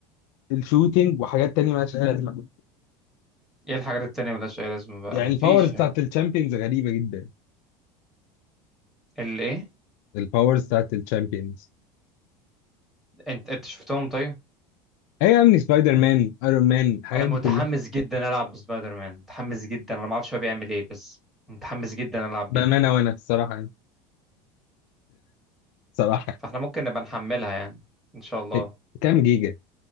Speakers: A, on the left; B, in the centre.
A: الشوتينج وحاجات تانية مالهاش اي لازمه
B: ايه الحاجات التانية ملهاش اي لازمه بقى
A: يعني
B: مفيش
A: الباورز بتاعت الشامبيونز غريبه جدا
B: الايه
A: الباورز بتاعت الشامبيونز
B: انت انت شفتهم طيب
A: ايوه يعني سبايدر مان ايرون مان الحاجات
B: انا متحمس
A: دي كلها
B: جدا العب بسبايدر مان متحمس جدا انا ما اعرفش هو بيعمل ايه بس متحمس جدا العب
A: بامانه
B: بيه
A: وانا الصراحه يعني الصراحه
B: فاحنا ممكن نبقى نحملها يعني ان شاء الله
A: يعني. كام جيجا